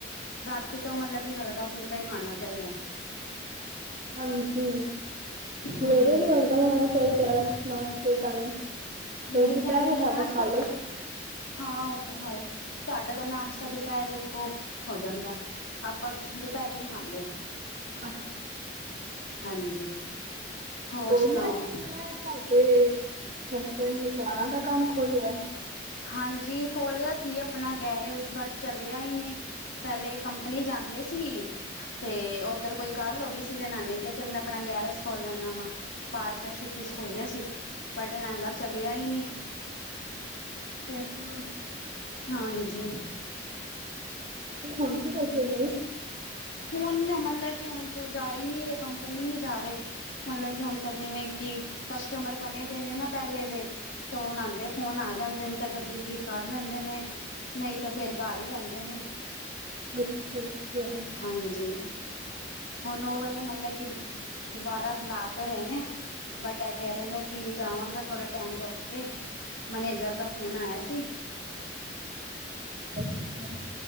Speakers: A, on the left (about 75°); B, on the right (about 40°).
A: ਰਾਤੀ ਤੋਂ ਮਤਲਬ ਕੀ ਹਲਕਾ ਫੁਲਕਾ ਈ ਖਾਨਾ ਚਾਈਦੈ।
B: ਹਾਂਜੀ,
A: ਹਮ
B: ਮੇਰੇ ਵੀ ਵਰਦਾ ਖਾਨਾ ਚਾਈਦਾ ਨਾਸ਼ ਦੇ ਟਾਈਮ,
A: ਨਹੀਂ
B: ਫੇਰ ਜਿਤਨਾ
A: ਕਹਿੰਦੇ
B: ਵੀ
A: ਨੇ
B: ਹੈਵੀ
A: ਨਾਸ਼ਤਾ
B: ਖਾਲੋ।
A: ਹਾਂ ਓ ਤਾਂ ਹੈ ਏ, ਸਾਡਾ ਤਾਂ ਨਾਸ਼ਤਾ ਦੁਪੈਰੇ ਇੱਕੋ ਹੋ ਜਾਂਦੈ। ਆਪਾਂ ਦੁਪੈਰੇ ਨੀ ਖਾਂਦੇ।
B: ਅੱ
A: ਹਾਂਜੀ। ਹੋਰ
B: ਬੋਲ
A: ਸੁਣਾਓ
B: ਮੈਂ ਸੁਨੇਆ ਤੁਆਡੇ ਸੋਟ ਨਿਕਾਂਆਂ ਦਾ ਕੰਮ ਖੋਲੇਆ।
A: ਹਾਂਜੀ ਖੋਲੇਆ ਸੀ ਆਪਨਾ ਗੈਰੇਜ ਬਟ ਚਲੇਆ ਈ ਨੀ। ਪੈਲੇ ਕੰਪਨੀ ਜਾਂਦੇ ਸੀ ਤੇ ਓਦਰ ਕੋਈ ਗੱਲ ਹੋਗੀ ਸੀ ਤੇ ਨਾਨੇ ਕਿਆ ਚੱਲ ਮੈਂ ਆਪਨਾ ਗੈਰਜ ਖੋਲ ਲੈਂਨਾ ਵਾ। ਪਾਰਟਨਰਸ਼ਿਪ ਵਿੱਚ ਖੋਲਿਆ ਸੀ, ਪਾਰਟਨਾਂਦਾ ਚਲੇਆ ਈ ਨਈਂ। ਤੇ,
B: ਹਾਂ
A: ਹਾਂਜੀ
B: ਕੀ ਕੰਮ ਕੀ ਕਰਦੇ ਨੇ?
A: ਹੁਨ ਮਤਲਬ ਕੇ ਹੁਨ ਤੋ ਜਾ ਈ ਨੀ ਰਏ ਕੰਪਨੀ ਨੀ ਜਾ ਰਏ, ਮਤਲਬ ਕੀ ਹੁਨ ਤਾਂ ਜਿਵੇਂ ਕੀ ਕਸਟਮਰ ਬਨੇ ਦੇ ਨੇਂ ਨਾਂ ਪੈਲੇ ਦੇ, ਤਾਂ ਓ ਨਾ ਆਂਦੇ ਫੋਨ ਆ ਜਾਂਦੇ ਨੇ ਤਾਂ ਗੱਡੀ ਠੀਕ ਕਰ ਜਾਂਦੇ ਨੇ। ਨਈਂ ਤਾਂ ਫੇਰ ਘਰ ਈ ਰੈਂਦੇ ਨੇ।
B: ਅੱਛਾ-ਅੱਛੇਆ
A: ਹਾਂਜੀ, ਹੁਨ ਓ ਵਾਲੇ ਮਤਲਬ ਕੀ, ਦੁਬਾਰਾ ਬੁਲਾ ਤਾ ਰਏ ਨੇ। ਬਟ ਐ ਕੈ ਰਏ ਨੇ ਕੇ ਜਾਵਾਂਗਾ ਥੋੜਾ ਟੈਮ ਰੁਕ ਕੇ। ਮਨੇਜਰ ਦਾ ਫੋਨ ਆਇਆ ਸੀ।
B: <inaudible>